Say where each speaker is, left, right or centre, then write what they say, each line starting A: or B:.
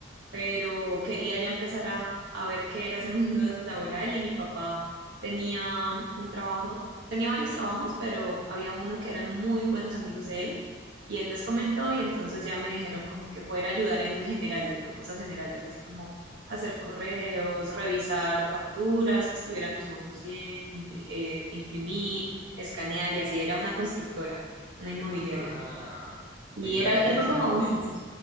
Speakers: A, on the right; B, on the right.
A: pero quería ya empezar a, a ver qué era ese <laughs> mundo laboral y mi papá tenía un trabajo, tenía varios trabajos, pero había uno que eran muy buenos amigos de él y él les comentó y entonces ya me dijeron como que fuera a ayudar en generales, ¿no? Cosas generales, así como hacer correos, revisar facturas, que estuvieran los montos bien, impri- eh, imprimir, escanear y así era una constructora, una inmobiliaria.
B: Ah.
A: Y
B: Oye, pero
A: era
B: qué interesante.
A: algo como docencia.